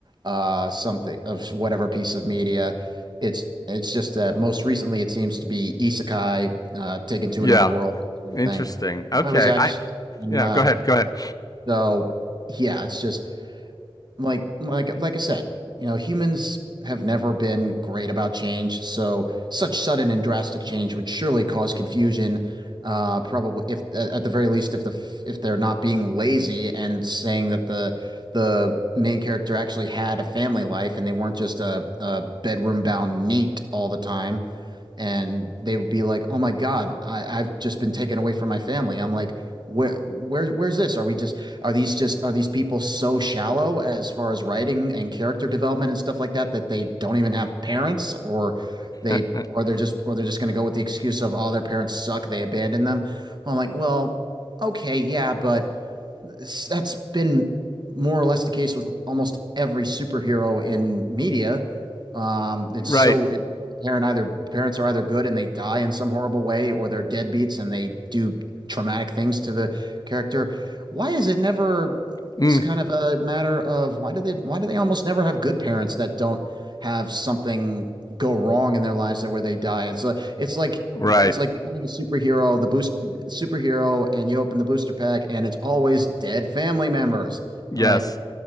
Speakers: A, on the right (about 45°); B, on the left (about 40°).
A: uh something of whatever piece of media it's it's just that most recently it seems to be isekai uh taken to
B: Yeah.
A: another world that sort
B: Interesting.
A: of thing
B: Okay.
A: I was actually
B: I
A: and
B: yeah.
A: uh
B: Go ahead. Go ahead.
A: so yeah it's just like like like I said, you know, humans have never been great about change, so such sudden and drastic change would surely cause confusion. Uh, probably if at at the very least, if the f- if they're not being lazy and saying that the the main character actually had a family life and they weren't just a, a bedroom bound neat all the time and they would be like, "Oh my God, I, I've just been taken away from my family." I'm like, "Where, where, where's this? Are we just are these just are these people so shallow as far as writing and character development and stuff like that that they don't even have parents, or they
B: <laughs>
A: or they're just or they're just going to go with the excuse of all their parents suck, they abandoned them." Well, I'm like, "Well, okay, yeah, but." that's been more or less the case with almost every superhero in media. Um, it's
B: right.
A: so it parent either parents are either good and they die in some horrible way, or they're deadbeats and they do traumatic things to the character. Why is it never
B: Mm,
A: it's kind of a matter of why do they why do they almost never have good parents that don't have something go wrong in their lives that where they die? It's like it's like
B: right.
A: it's like becoming a superhero. The boost superhero and you open the booster pack and it's always dead family members.
B: Yes.
A: I'm like,